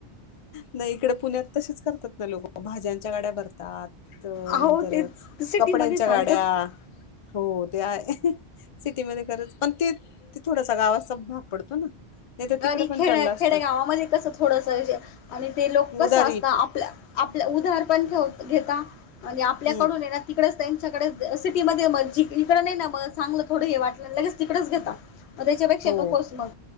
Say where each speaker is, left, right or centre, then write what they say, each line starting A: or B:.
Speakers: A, on the left; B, on the left.
A: नाही इकडे पुण्यात तसेच करतात ना लोक भाज्यांच्या गाड्या भरतात. तर
B: अहो
A: नंतर
B: ते सिटीमध्ये
A: कपड्यांच्या
B: चालतात
A: गाड्या हो त्या. सिटीमध्ये खरच पण ते थोडासा गावाचा भाग पडतो ना. नाही तर
B: घरी
A: तिकडे पण
B: खेड्या
A: चाललं असतं
B: खेड्या गावामध्ये कस थोडस आणि ते लोक कसे
A: उदारी
B: असतात आपल्या आपल्या उदाहार पण ठेव घेता. म्हणजे आपल्याकडून
A: हं
B: ये ना. तिकडेच त्यांच्याकडे सिटीमध्ये मजे इकडे नाही ना म चांगलं थोडं हे वाटलं लगेच तिकडेच घेता. मग त्याच्यापेक्षा
A: हो
B: नकोच मग.